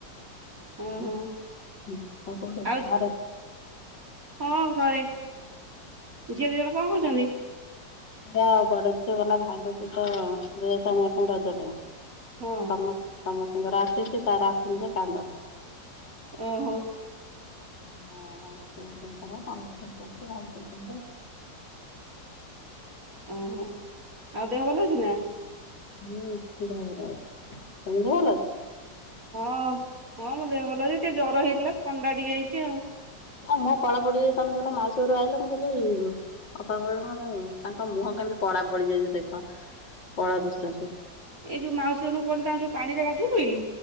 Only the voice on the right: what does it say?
ହଁ
ହଁ
ଆଉ
ହଁ ଘରେ ଝିଅ ଦୁଇ ଜଣ କଣ କରୁଛନ୍ତି?
ହଁ
ଉଁ ହୁଁ।
ଉଁ ହୁଁ ଆଉ ଦେହ ଭଲ ଅଉଛି ନା?
ହଁ ହଁ ମୋ ଦେହ ଭଲ ଅଛି ଟିକେ ଜର ହେଇଥିଲା ଥଣ୍ଡା ଟିକେ ହେଇଛି ଆଉ।
ଏଇ ଯୋଉ ମାଉସୀ ଘରକୁ ପଳେଇଲି ତାଙ୍କ ଯୋଉ ପାଣି ରେ ଗାଧେଇ ପଇଲି